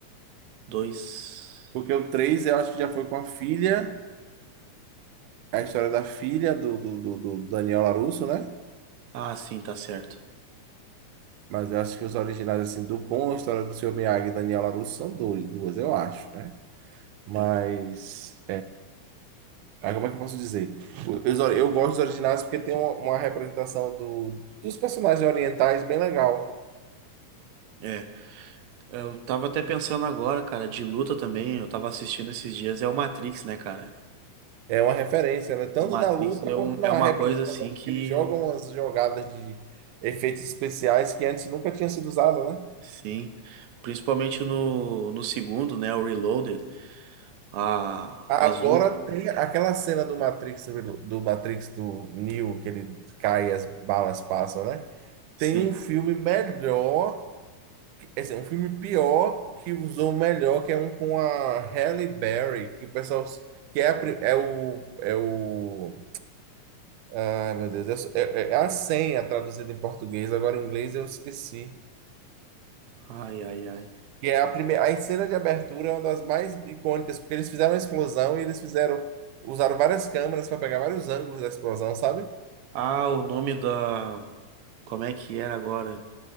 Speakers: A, on the right; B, on the right.
A: Dois.
B: Porque o três eu acho que já foi com a filha, a história da filha do, do, do, do Daniel LaRusso, né?
A: Ah, sim, tá certo.
B: Mas eu acho que os originais, assim, do com a história do Senhor Miyagi e Daniel LaRusso são dois, duas, eu acho, né? Mas.
A: É.
B: Ah, como é que eu posso dizer? os ori- Eu, gosto dos originais porque tem uma, uma representação do- dos personagens orientais bem legal.
A: É. Eu tava até pensando agora, cara, de luta também, eu tava assistindo esses dias, é o Matrix, né, cara?
B: É uma referência, né? Tanto
A: O Matrix
B: na luta
A: é, um,
B: quanto na
A: é uma
B: representação,
A: coisa assim que.
B: porque eles jogam umas jogadas de efeitos especiais que antes nunca tinha sido usada, né?
A: Sim. Principalmente no, no segundo, né? O Reloaded. A,
B: Agora
A: as lutas.
B: tem aquela cena do Matrix, do Matrix do Neo, que ele cai e as balas passam, né?
A: Sim.
B: Tem um filme melhor é assim, um filme pior que usou o melhor, que é um com a Halle Berry, que o pessoal. Que é, a pri- é o. É o. Ai, meu Deus. É, é- é é a senha traduzida em português, agora em inglês eu esqueci.
A: Ai, ai, ai.
B: Que é a primeira. A cena de abertura é uma das mais icônicas, porque eles fizeram a explosão e eles fizeram. Usaram várias câmeras para pegar vários ângulos da explosão, sabe?
A: Ah, o nome da. Como é que era agora?